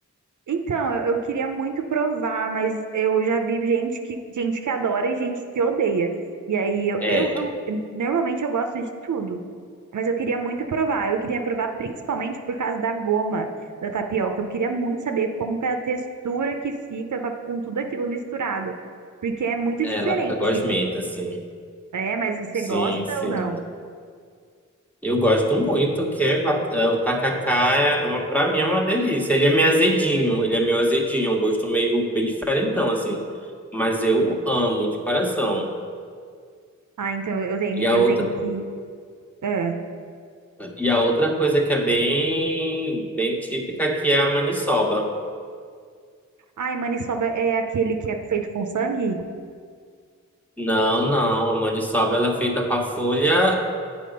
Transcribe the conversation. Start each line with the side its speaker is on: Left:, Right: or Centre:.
Right: Então, eu eu queria muito provar, mas eu já vi gente que, gente que adora e gente que odeia. E aí, eu,
Centre: É,
Right: eu, eu- normalmente eu gosto de tudo. Mas eu queria muito provar. Eu queria provar principalmente por causa da goma da tapioca. Eu queria muito saber como que é a textura que fica com, a- com tudo aquilo misturado. Porque é muito
Centre: ela
Right: diferente.
Centre: fica gosmenta, assim.
Right: É, mas você
Centre: Sim,
Right: gosta
Centre: sim.
Right: ou não?
Centre: Eu gosto muito, que é ba- é, o tacacá, é uma, pra mim, é uma delícia. Ele é meio azedinho, ele é meio azedinho. é Um gosto meio bem diferentão, assim. Mas eu amo, de coração.
Right: Ah, então eu tenho,
Centre: E a outra,
Right: eu tenho que. É.
Centre: e a outra coisa que é bem, bem típica, que é a maniçoba.
Right: Ai, maniçoba é aquele que é feito com sangue?
Centre: Não, não. A maniçoba, ela é feita com a folha...